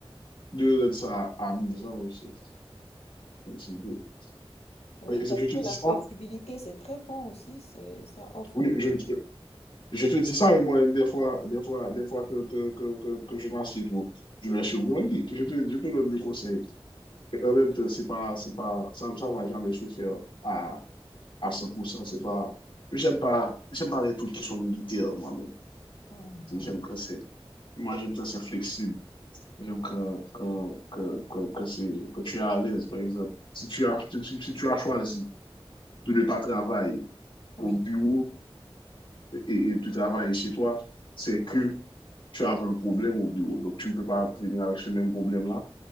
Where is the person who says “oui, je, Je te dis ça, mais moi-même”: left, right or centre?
Left